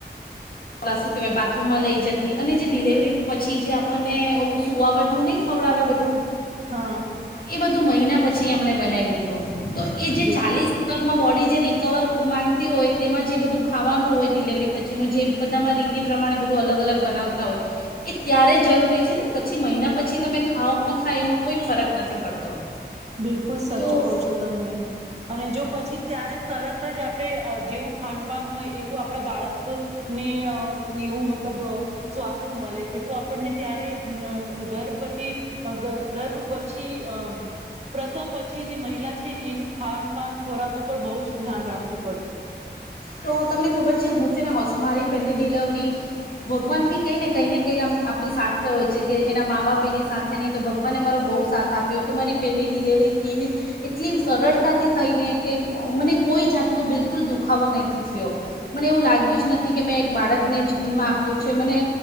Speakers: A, on the left (about 55°); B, on the right (about 35°).
A: શું કહેવાય, બા. માં લઈ જતી, અને જે ડિલેવરી પછી જે આપણને ઓલું સુઆવટનું નહીં ખવડાવે, આવે બધું.
B: હા
A: એ બધું, મહિના. એ બધું મહિના. તો એ જે
B: બિલ
A: ચાલીસરમાં બોડી. જે રિકવર માંગતી હોય, તેમાં જે બધું ખાવાનું હોય, ડિલવરી પછીનું, જે બધામાં રીતિ પ્રમાણે. બધું અલગ અલગ બનાવતા હોય એ ત્યારે જરૂરી છે ને, પછી મહિના પછી તમે ખાઓ, ખાય એનો કોઈ ફરક નથી પડતો.
B: બિલકુલ સાચું
A: તો
B: કહો છો તમે, અને જો પછી ત્યારે તરત જ આપણે જેવું ખાનપાન હોય એવું આપણા બાળક.. ને એવું મતલબ, સ્વાસ્થ મળે છે તો આપણને ત્યારે ગર્ભવતી. ગર્ભ પ <unintelligible> પછી, અમ. પ્રસવ પછી જે મહિલા છે, એનું ખાનપાન, ખોરાક ઉપર બહુ જ ધ્યાન રાખવું પડે છે.
A: તો તમને ખબર છે, હું છે ને હશ, મારી પહેલી ડિલેવરી. ભગવાન બી કઈ ને કંઈ ને કંઈ આમ આપણી સાથે હોય છે કે એના મા- બાપ એની સાથે, નહીં તો ભગવાને મારો બહુ સાથ આપ્યો કે મારી પહેલી ડિલેવરી કેવી એટલી સરળતાથી થઈને કે મને કોઈ જાતનો બિલકુલ દુખાવો નહીં. થયો મને એવું લાગ્યું જ નથી કે મેં એક બાળકને જન્મ આપ્યો છે. મને